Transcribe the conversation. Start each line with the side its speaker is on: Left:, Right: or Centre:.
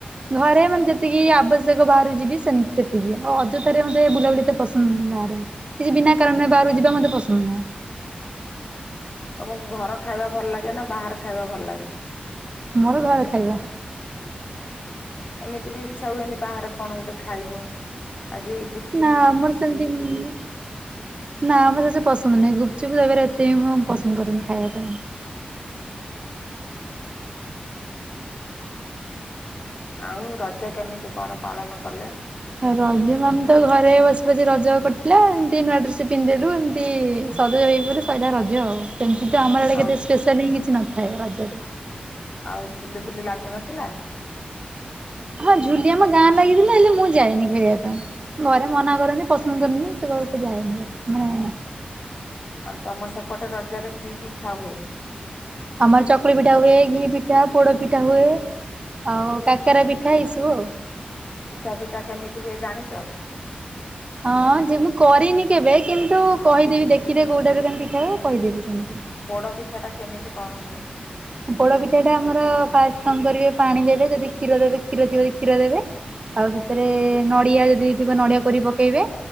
Right: ଘରେ ମାନେ ଯେତିକି ଆବଶ୍ୟକ ବାହାରୁ ଯିବି ସେତିକି ଆଉ ଅଯଥାରେ ମତେ ବୁଲାବୁଲିତ ପସନ୍ଦ ନାହିଁ ବାହାରେ କିଛି ବିନା କାରଣରେ ବାହାରୁ ଯିବା ମୋତେ ପସନ୍ଦ ନାହିଁ।
Left: ତମକୁ ଘର ଖାଇବା ଭଲ ଲାଗେ ନା ବାହାର ଖାଇବା ଭଲ ଲାଗେ।
Right: ମୋର ଘରେ ଖାଇବା।
Left: ଏମିତି ବି ଇଚ୍ଛା ହୁଏନି ବାହାରେ କଣ ଗୋଟେ ଖାଇବୁ ଆଜି ଗୁ
Right: ନାଁ ମୋର ସେମତି ନୁହଁ। ନା ମ ସେତେ ପସନ୍ଦ ନାହିଁ ଗୁପଚୁପ୍ ଦହି ବାର ଏତେ ମୁଁ ପସନ୍ଦ କରରେନି ଖାଇବା ପାଇଁ।
Left: ଆଉ ରଜ କେମିତି କଣ ପାଳନ କଲେ।
Right: ରଜ ମାମ ତ ଘରେ ବସି ବସି ରଜ କଟିଲା ଏମିତି ନୂଆ ଡ୍ରେସ ପିନ୍ଧିଦେଲୁ ଏମିତି ସଜ ହେ ସରିଲା ରଜ ଆଉ ସେମିତି ତ ଆମର ଆଡ଼େ
Left: ଆଉ
Right: କେତେ ସ୍ପେଶାଲ୍ ହିଁ କିଛି ନ ଥାଏ ରଜରେ
Left: ଆଉ ଝୁଲି ଫୁଲି ଲାଗିନଥିଲା।
Right: ହଁ ଝୁଲି ଆମ ଗାଁ ଲାଗିଥିଲା ହେଲେ ମୁଁ ଯାଏନି ଖେଳିବା ପାଇଁ। ଘରେ ମନା କରନ୍ତି ପସନ୍ଦ କରନ୍ତି ମୁ ସେ ଘରକୁ ଯାନ୍ତି ମାନେ
Left: ଆଉ ତମ ସେପଟ ରଜରେ କି ପିଠା ହୁଏ।
Right: ଆମର ଚକୁଳି ପିଠା ହୁଏ ଘି ପିଠା ପୋଡ ପିଠା ହୁଏ। ଆଉ କାକରା ପିଠା ଏଇ ସବୁ ଆଉ।
Left: ପିଠା ପିଠା କେମିତି ହୁଏ ଜାଣିଛ।
Right: ହଁ ଯେ ମୁଁ କରିନି କେବେ କିନ୍ତୁ କହିଦେବି ଦେଖିଦେ କୋଉଟାରୁ କେମତି ପିଠା ହବ କହିଦେବି। ସେମିତି।
Left: ପୋଡ ପିଠା ଟା କେମିତି କଣ ହୁଏ?
Right: ଉପଳ ପିଠାଟା ଆମର ଫାଷ୍ଟ କଣ କରିବେ ପାଣି ଦେବେ ଯଦି କ୍ଷୀର ଦେବେ କ୍ଷୀର ଥିବ ଯଦି କ୍ଷୀର ଦେବେ। ଆଉ ସେଥିରେ ନଡିଆ ଯଦି ଥିବ ନଡିଆ କରି ପକେଇବେ।